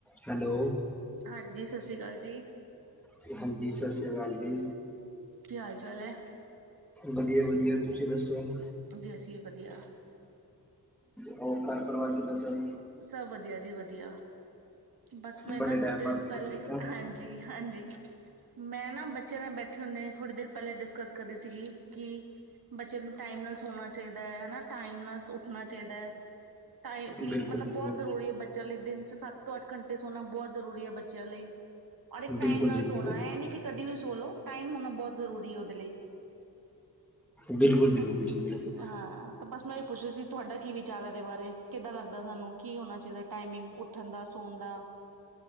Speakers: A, in the centre; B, on the right (about 65°).
A: Hello.
B: ਹਾਂਜੀ ਸਤਿ ਸ਼੍ਰੀ ਅਕਾਲ ਜੀ।
A: ਜੀ- ਜੀ ਸਤਿ ਸ਼੍ਰੀ ਅਕਾਲ ਜੀ।
B: ਕੀ ਹਾਲ ਚਾਲ ਹੈ
A: ਵਧੀਆ- ਵਧੀਆ ਤੁਸੀਂ ਦੱਸੋ ਜੀ?
B: ਜੀ ਅਸੀਂ ਵੀ ਵਧੀਆ।
A: ਉਹ ਘਰ ਪਰਵਾਰ ਕਿਦਾ ਸਬ?
B: ਸਭ ਵਧੀਆ ਜੀ ਵਧੀਆ। ਬਸ ਮੈਂ
A: ਬੜੇ
B: ਨਾ ਥੋੜੀ
A: ਟਾਈਮ
B: ਦੇਰ
A: ਬਾਅਦ
B: ਪਹਿਲੇ,
A: ਫੋਨ ਕੀਤਾ
B: ਹਾਂਜੀ- ਹਾਂਜੀ। ਮੈਂ ਨਾ ਬੱਚਿਆਂ ਨਾਲ ਬੈਠੇ ਹੁੰਨੇ ਥੋੜ੍ਹੀ ਦੇਰ ਪਹਿਲੇ ਡਿਸਕਸ ਕਰਦੀ ਸੀਗੀ ਕਿ ਬੱਚੇ ਨੂੰ ਟਾਈਮ ਨਾਲ ਸੋਣਾ ਚਾਹੀਦਾ ਹੈ ਹਨਾ ਟਾਈਮ ਨਾਲ ਉੱਠਣਾ ਚਾਹੀਦਾ ਹੈ ਟਾਈਮ ਸਲੀਪ
A: ਬਿਲਕੁਲ
B: ਮਤਲਬ
A: ਬਿਲਕੁਲ
B: ਬਹੁਤ ਜ਼ਰੂਰੀ ਬੱਚਿਆਂ ਲਈ ਦਿਨ ਚ ਸੱਤ ਤੋਂ ਅੱਠ ਘੰਟੇ ਸੋਣਾ ਬਹੁਤ ਜ਼ਰੂਰੀ ਹੈ ਬੱਚਿਆਂ ਲਈ ਔਰ ਟਾਈਮ
A: ਬਿਲਕੁਲ
B: ਨਾਲ
A: ਜੀ ਬਿਲਕੁਲ
B: ਸੋਣਾ ਹੈ ਇਹ ਨਹੀਂ ਕਿ ਕਦੇ ਵੀ ਸੋ ਲੋ ਟਾਈਮ ਹੋਣਾ ਬਹੁਤ ਜ਼ਰੂਰੀ ਹੈ ਉਹਦੇ ਲਈ
A: ਬਿਲਕੁਲ ਬਿਲਕੁਲ
B: ਹਨਾ
A: ਜੀ ਬਿਲਕੁਲ
B: ਹਾਂ ਤਾਂ ਬਸ ਮੈਂ ਇਹ ਪੁੱਛਿਆ ਸੀ ਤੁਹਾਡਾ ਕੀ ਵਿਚਾਰ ਹੈ ਇਹਦੇ ਬਾਰੇ ਕਿੱਦਾਂ ਲੱਗਦਾ ਤੁਹਾਨੂੰ ਕੀ ਹੋਣਾ ਚਾਹੀਦਾ ਟਾਈਮਿੰਗ ਉੱਠਣ ਦਾ ਸੋਣ ਦਾ